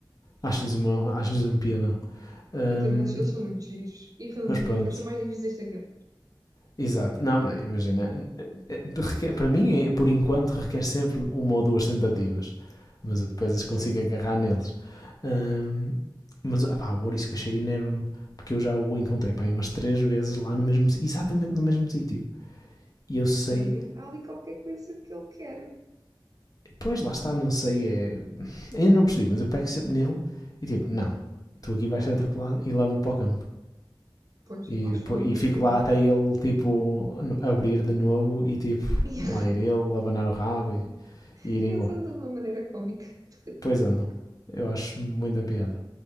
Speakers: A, on the left (about 45°); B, on the right (about 45°).
A: Acho-lhes uma- acho-lhes um piadão. Ahm,
B: Eu também acho, que eles são muito giros e ranzinhas,
A: mas pronto,
B: mas são mais difíceis de agarrar.
A: Exato. Não, mas imagina, eh, eh, requer- para mim, eh, por enquanto, requer sempre uma ou duas tentativas. Mas eu depois as consigo
B: Sim,
A: agarrar neles. Ahm, mas, opá, o ouriço cacheiro enerva-me, porque eu já o encontrei, pá, aí umas três vezes lá no mesmo, si- exatamente no mesmo sítio. E eu
B: que
A: sei,
B: estranho. Há ali qualquer coisa que ele quer.
A: pois lá está, não sei, é, ainda não percebi, mas eu pego sempre nele e tipo, não, tu aqui vais ser atropelado e levo-o para o campo.
B: Pois,
A: E,
B: acho
A: depois,
B: que faz muito
A: e fico lá
B: bem.
A: até ele, tipo, no- abrir de novo e tipo,
B: E
A: lá ir ele, abanar o rabo e
B: <laughs>
A: e ir embora.
B: eles andam de uma maneira cómica. <laughs>
A: Pois andam. Eu acho muita piada